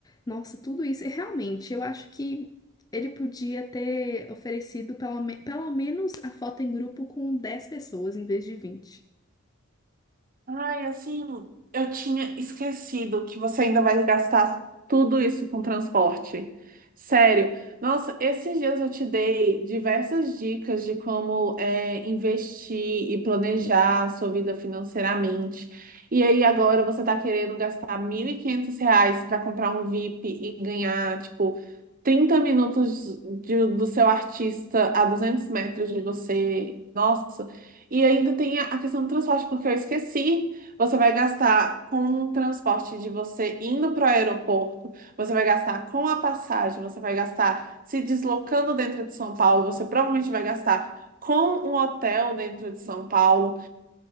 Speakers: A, on the left; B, on the right.
A: Nossa, tudo isso. E realmente, eu acho que ele podia ter oferecido pelo, me- pelo menos a foto em grupo com 10 pessoas em vez de vinte
B: Ai, assim, eu tinha esquecido que você ainda vai gastar tudo isso com transporte. Sério. Nossa, esses dias eu te dei diversas dicas de como é, investir e planejar a sua vida financeiramente. E aí agora você tá querendo gastar 1.500 reais para comprar um VIP e ganhar, tipo, 30 minutos de- do seu artista a 200 metros de você. Nossa. E ainda tem a a questão do transporte, porque eu esqueci. Você vai gastar com o transporte de você indo para o aeroporto, você vai gastar com a passagem, você vai gastar se deslocando dentro de São Paulo, você provavelmente vai gastar com um hotel dentro de São Paulo.